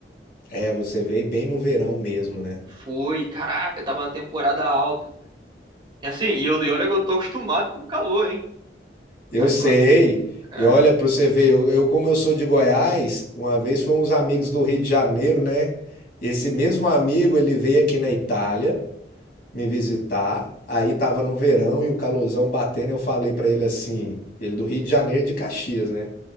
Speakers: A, on the left; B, on the right.
A: É, você veio bem no verão mesmo, né?
B: Foi, caraca, tava na temporada alta. E assim, e, eu, e olha que eu tô acostumado com calor, hein? Sou
A: Eu
B: Carioca.
A: sei.
B: É.
A: E olha, para você ver, eu, eu, como eu sou de Goiás, uma vez foram uns amigos do Rio de Janeiro, né? Esse mesmo amigo, ele veio aqui na Itália me visitar. Aí tava no verão e o calorzão batendo, eu falei para ele assim, ele do Rio de Janeiro de Caxias, né?